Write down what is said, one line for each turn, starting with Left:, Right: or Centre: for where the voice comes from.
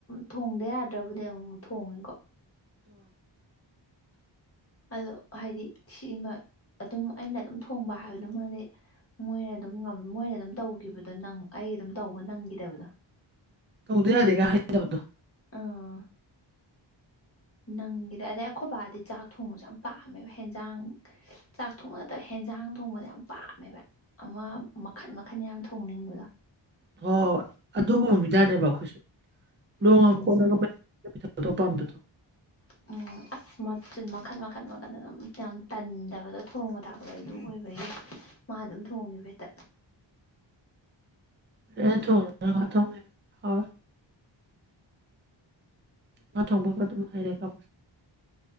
Left: ꯊꯣꯡꯗ ꯌꯥꯗ꯭ꯔꯕꯨꯗꯤ ꯑꯃꯨꯛ ꯃꯨꯛ ꯊꯣꯡꯉꯤꯀꯣ
Right: ꯎꯝ꯫
Left: ꯑꯗꯣ ꯍꯥꯏꯗꯤ ꯁꯤꯃ ꯑꯗꯨꯝ ꯑꯩꯅ ꯑꯗꯨꯝ ꯊꯣꯡꯕ ꯍꯥꯏꯕꯗꯨꯃꯗꯤ ꯃꯣꯏꯅ ꯑꯗꯨꯝ ꯃꯣꯏꯅ ꯑꯗꯨꯝ ꯇꯧꯈꯤꯕꯗꯣ ꯅ ꯑꯩ ꯑꯗꯨꯝ ꯇꯧꯕ ꯅꯪꯈꯤꯗꯕꯗꯣ
Right: ꯇꯧꯗꯥ ꯌꯥꯗꯦꯒ ꯍꯥꯏꯗꯕꯗꯣ
Left: ꯑꯥ ꯅꯪꯒꯤꯗ ꯑꯗꯩ ꯑꯩꯈꯣꯏ ꯗꯤ ꯆꯥꯛ ꯊꯣꯡꯕꯁꯨ ꯌꯥꯝ ꯄꯥꯝꯃꯦꯕ ꯍꯦꯟꯖꯥꯡ ꯆꯥꯛ ꯊꯣꯡꯕ ꯅꯠꯇꯕ ꯍꯦꯟꯖꯥꯡ ꯊꯣꯡꯕꯁꯦ ꯌꯥꯝ ꯄꯥꯝꯃꯦꯕ ꯑꯃꯥ ꯃꯈꯟ ꯃꯈꯟ ꯌꯥꯝ ꯊꯣꯡꯅꯤꯡꯕꯗꯣ
Right: ꯍꯣꯏ ꯑꯗꯨꯒꯨꯝꯕ ꯃꯤꯗꯥꯅꯦ ꯃꯈꯣꯏꯖꯨ ꯨꯂꯣꯡꯉ
Left: ꯎꯝ
Right: ꯈꯣꯠꯂꯒ ꯑꯇꯣꯞꯄꯝꯗꯨ
Left: ꯎꯝ ꯑꯁ ꯃꯥꯆꯜ ꯃꯈꯟ ꯃꯈꯟ ꯃꯈꯟ ꯑꯗꯨꯝ ꯌꯥꯝ ꯇꯟꯗꯥꯕꯗꯣ ꯊꯣꯡꯕ ꯊꯥꯛꯄꯗꯥ ꯑꯗꯨ ꯑꯣꯏꯕꯒꯤ ꯃꯥ ꯑꯗꯨꯝ ꯊꯣꯡꯒꯤꯕ ꯍꯦꯛꯇꯥ
Right: ꯑꯦ ꯊ ꯊ ꯉ ꯊꯣꯡꯕꯒ ꯑꯗꯨꯝ ꯍꯩꯔꯦ ꯀꯣ